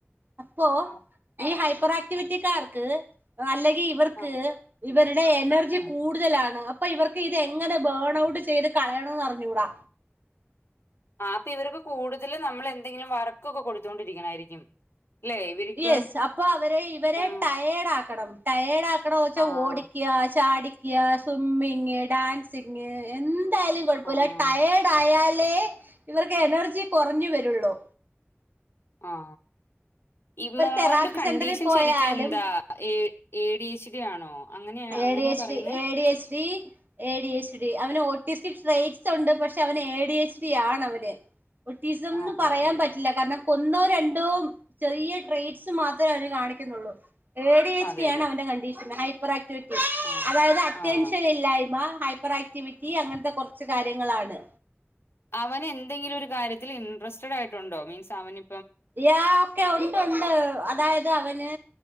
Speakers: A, on the right; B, on the left.
A: അപ്പോ
B: ആഹ്
A: ഈ ഹൈപ്പർ ആക്ടിവിറ്റിക്കാർക്ക്
B: ആഹ്
A: അല്ലെ ഇവർക്ക്
B: ആഹ്
A: ഇവരുടെ എനർജി
B: ആഹ്
A: കൂടുതലാണ് അപ്പൊ ഇവർക്ക് ഇത് എങ്ങനെ ബേൺ ഔട്ട് ചെയ്ത് കളയണോന്ന് അറിഞ്ഞൂടാ
B: ആ അപ്പൊ ഇവർക്ക് കൂടുതല് നമ്മള് എന്തെങ്കിലും വർക്കൊക്കെ കൊടുത്തോണ്ടിരിക്കണായിരിക്കും ല്ലേ ഇവര്ക്ക്
A: യെസ് അപ്പൊ അവരെ ഇവരെ
B: ആഹ്
A: ടയേഡ് ആക്കണം ടയേഡാ <unintelligible> വെച്ചാ
B: ആഹ്
A: ഓടിക്യ ചാടിക്യ സ്വിമ്മിങ് ഡാൻസിങ് എന്ത് ന്തായാലും കൊഴപ്പയില്ല
B: ആഹ്
A: ടയേഡായാ <unintelligible> ഇവർക്ക് എനർജി കൊറഞ്ഞു വെരുള്ളൂ
B: ആ ഈ മോന്റെ
A: തെറാപ്പി
B: കണ്ടീഷൻ
A: സെന്ററിൽ പോയാലും
B: ശരിക്കും എന്താ A A D H D ആണോ അങ്ങനെയാ
A: എ
B: അങ്ങനെയാ
A: ഡി എച്ച്
B: പറയുന്നേ
A: ഡി A D H D A D H D അവനെ ഒ <unintelligible> ടേയ്സ് ഉണ്ട് പക്ഷെ അവന് എ ഡി എച്ച് ഡി ആണ് അവന് ഒട്ടീസംന്ന്
B: ആഹ്
A: പറയാൻ
B: ആഹ് ആഹ്
A: പറ്റില്ല കാരണം ഒന്നോ രണ്ടോ ചെറിയ ട്രേസ്റ്റ് മാത്രേ അതിന് കാണിക്കുന്നുള്ളു എഡി എച്ച്
B: അതെ
A: ഡി
B: അതെ
A: ആണ് അവന്റെ കണ്ടീഷൻ ഹൈപ്പർ ആക്ടിവിറ്റി
B: ആഹ്
A: അതായത് അറ്റൻഷൻ
B: ആഹ്
A: ഇല്ലായ്മ ഹൈപ്പർ ആക്ടിവിറ്റി അങ്ങനത്തെ കുറച്ച് കാര്യങ്ങളാണ്
B: അവന് എന്തെങ്കിലും ഒരു കാര്യത്തിൽ ഇൻഡ്രസ്റ്റഡായിട്ടുണ്ടോ മീൻസ് അവന്
A: യാ ഒക്കെ ഒണ്ട് ഒണ്ട് അതായത് അവന്